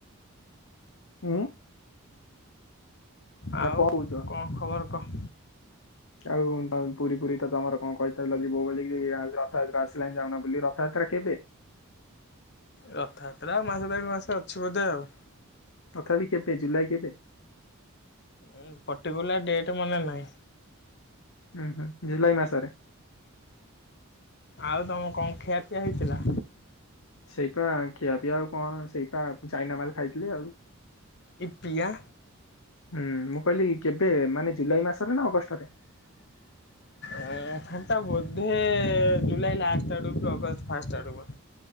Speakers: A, on the left; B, on the left.
A: ଉଁୁ। ନା
B: ଆଉ
A: କଣ କହୁଛ?
B: କଣ ଖବର କହ?
A: ଆଉ ପୁରୀ ଫୁରୀ ତ ତମର କଣ କହିଥିଲା ଯେ <unintelligible> ରଥଯାତ୍ରା ଆସିଲାନ ଯାଉନ ବୁଲି ରଥଯାତ୍ରା କେବେ?
B: ରଥଯାତ୍ରା ମାସ ଦେଢ ମାସ ଅଛି ବୋଧେ ଆଉ
A: ତଥାପି କେବେ ଜୁଲାଇ କେବେ?
B: ଉଁ ପର୍ଟିକୁଲାର ଡେଟ୍ ମନେ ନାହିଁ।
A: ଉହୁଁ ଜୁଲାଇ ମାସରେ
B: ଆଉ ତମର କଣ ଖିଆପିଆ ହେଇଥିଲା?
A: ସେଇପା ଖିଆ ପିଆ ଆଉ କଣ ସେଇଟା ଚାଇନା ମାଲ ଖାଇଥିଲି ଆଉ।
B: ଇପି ଆ
A: ହୁଁ ମୁଁ କହିଲି କେବେ ମାନେ ଜୁଲାଇ ମାସରେ ନା ଅଗଷ୍ଟରେ?
B: ଏଁ ହେଟା ବୋଧେ ଜୁଲାଇ ଲାଷ୍ଟ ଆଡକୁ କି ଅଗଷ୍ଟ ଫାଷ୍ଟ ଆଡକୁ ବ